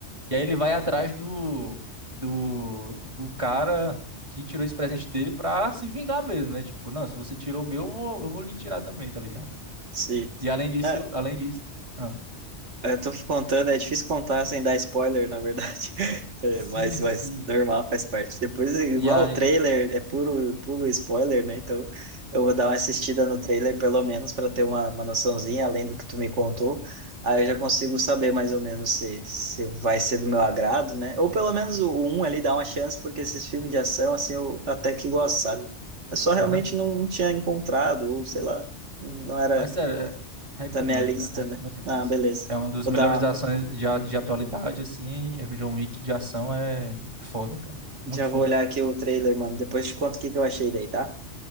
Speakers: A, on the right; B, on the right.
A: e aí ele vai atrás do, do, do cara que tirou esse presente dele pra se vingar mesmo, né? Tipo, não, se você tirou o meu, eu vou, eu vou lhe tirar também, tá ligado?
B: Sim.
A: E além disso,
B: É,
A: além disso. Ah,
B: Eu tô contando, é difícil contar sem dar spoiler, na verdade. <laughs> É,
A: sim,
B: mas,
A: sim.
B: mas normal, faz parte. Depois, igual
A: E aí.
B: o trailer, é puro, puro spoiler, né? Então, eu vou dar uma assistida no trailer, pelo menos, para ter uma, uma noçãozinha, além do que tu me contou. Aí eu já consigo saber mais ou menos se, se vai ser do meu agrado, né? Ou pelo menos o um ali dá uma chance, porque esses filmes de ação, assim, eu até que gosto, sabe? Eu só realmente
A: Aham.
B: não, não tinha encontrado, ou sei lá, não era
A: Mas sério, é- recomendo,
B: da minha lista,
A: cara. Recomendo
B: né?
A: demais.
B: Ah, beleza.
A: É um dos
B: Vou
A: melhores
B: dar uma
A: de ações de, a- de atualidade, assim. é que O John Wick de ação é foda, cara.
B: Já
A: Muito foda.
B: vou olhar aqui o trailer, mano. Depois te conto o que que eu achei daí, tá?